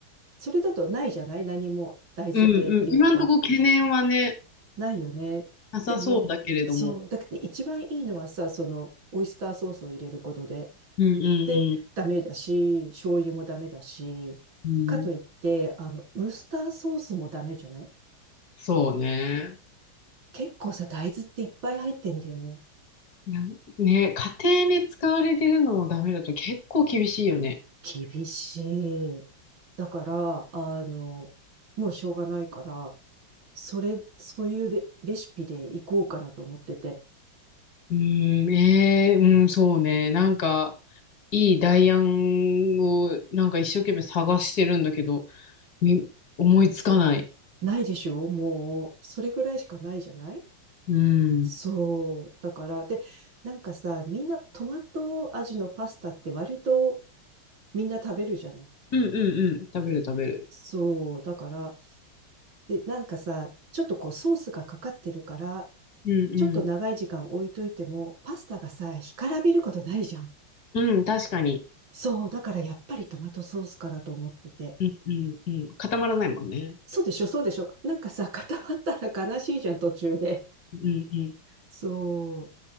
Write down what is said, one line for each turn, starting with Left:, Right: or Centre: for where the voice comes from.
Right: それだとないじゃない何も大豆系っていうか、
Left: うんうん。今んとこ懸念はね、
Right: ないよね。
Left: なさそうだけれども。
Right: でも、そう。だけど一番いいのはさ、その、オイスターソースを入れることで、
Left: うんうん
Right: で、ダメだし、醤油もダメだし、
Left: うん。
Right: かといって、
Left: うん、
Right: あの、ウスターソースもダメじゃない
Left: そうね。
Right: 結構さ、大豆っていっぱい入ってんだよね。
Left: なんね、家庭に使われてるのもダメだと結構厳しいよね。
Right: 厳しい。だから、あの、もうしょうがないから、それ、そういうレ、レシピでいこうかなと思ってて。
Left: うん、えー、うん、そうね。なんか、いい代案をなんか一生懸命探してるんだけど、み、思いつかない。
Right: ないでしょもう、それぐらいしかないじゃない
Left: うん。
Right: そう。だから、で、なんかさ、みんなトマト味のパスタって割とみんな食べるじゃない
Left: うんうんうん。食べる食べる。
Right: そう。だから、で、なんかさ、ちょっとこうソースがかかってるから、
Left: うんうん。
Right: ちょっと長い時間置いといても、パスタがさ、干からびることないじゃん。
Left: うん、確かに。
Right: そう、だからやっぱりトマトソースかなと思ってて。
Left: うんうんうん。固まらないもんね。
Right: そうでしょ、そうでしょ。なんかさ、固まったら悲しいじゃん、途中で。
Left: うんうん。
Right: そ